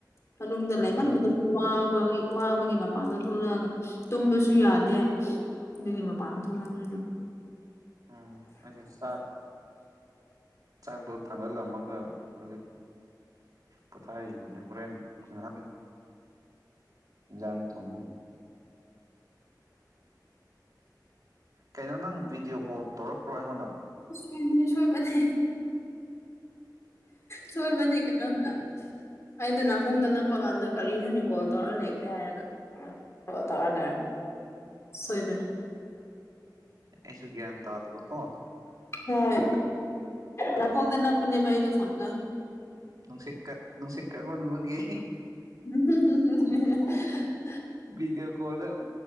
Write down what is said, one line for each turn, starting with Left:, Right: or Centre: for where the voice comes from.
Left: ꯃꯅꯨꯡꯗ
Right: ꯎꯝ
Left: ꯂꯩꯃꯟꯕꯥꯗ ꯋꯥꯕ ꯗ‌ꯣꯏ ꯋꯥꯕꯒꯤ ꯃꯄꯥꯟꯗ ꯊꯣꯛꯂꯛꯑꯒ ꯇꯨꯝꯕꯁꯨ ꯌꯥꯗꯦ ꯑꯗꯨꯒꯤ ꯃꯥꯄꯥꯟ ꯊ‌ꯣꯛꯂꯛꯈ꯭ꯔ‌ꯦ ꯗꯨꯝ
Right: ꯎꯝ ꯑꯩꯁꯨ ꯆꯥꯛ ꯆꯥꯛꯗꯣ ꯊꯥꯡꯒꯠꯂꯝꯃꯒ ꯍꯧꯖꯤꯛ ꯄꯣꯊꯥꯔꯤꯕꯅꯤ ꯍꯣꯔꯦꯟ ꯉꯍꯥꯛ ꯂꯩ ꯏꯟꯖꯥꯡ ꯊ‌ꯣꯡꯗ‌ꯣꯏꯅꯤ ꯀꯩꯅꯣ ꯅꯪ ꯚꯤꯗꯤꯑꯣ ꯀꯣꯜ ꯇꯧꯔꯛꯄ꯭ꯔꯣ ꯑꯩꯉꯣꯟꯗ
Left: ꯌ‌ꯦꯟꯕꯤꯅꯥ ꯁꯣꯏꯕꯅꯤ ꯁꯣꯏ ꯕꯅꯦ ꯀꯩꯅꯣ ꯅꯥ ꯑꯩꯗ ꯅꯥꯀꯣꯡꯗ ꯅꯞꯄ ꯀꯥꯟꯗ ꯀꯔꯤꯅꯣꯅꯤ ꯀꯣꯜ ꯇꯧꯔ ꯂꯩꯈ꯭ꯔꯦ ꯍꯥꯏꯔꯒ ꯇꯔꯅ ꯁꯣꯏꯕꯅꯦ
Right: ꯑꯩꯁꯨ ꯒ꯭ꯌꯥꯟ ꯇꯥꯗꯕ ꯀꯣ
Left: ꯍꯣꯏ ꯅꯥꯀꯣꯡꯗ ꯅꯞꯄꯅꯤꯕ ꯑꯩꯗ ꯐꯣꯟꯗ
Right: ꯅꯨꯡꯁꯤꯠ ꯀꯠ ꯅꯨꯡꯁꯤꯠ ꯀꯠ ꯃꯟꯕꯒꯤ
Left: ꯎ ꯍꯨ ꯍꯨ ꯍꯥꯥ ꯍꯦ
Right: ꯚꯗꯤꯑꯣ ꯀꯣꯜꯗ